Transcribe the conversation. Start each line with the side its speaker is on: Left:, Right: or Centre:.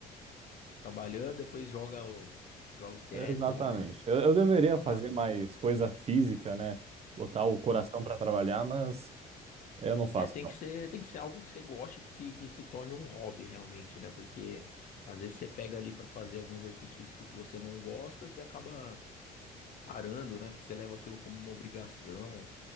Left: Trabalhando, depois joga o joga o CS
Right: Exatamente.
Left: lá e
Right: Eu, eu deveria
Left: legal.
Right: fazer mais coisa física, né? Botar o coração
Left: Sim.
Right: para trabalhar, mas eu não faço,
Left: É, tem
Right: não.
Left: que ser, tem que ser algo que você goste, que se, que se torne um hobby realmente, né? Porque às vezes você pega ali pra fazer algum exercício físico que você não gosta, você acaba parando, né? Porque você leva aquilo como uma obrigação,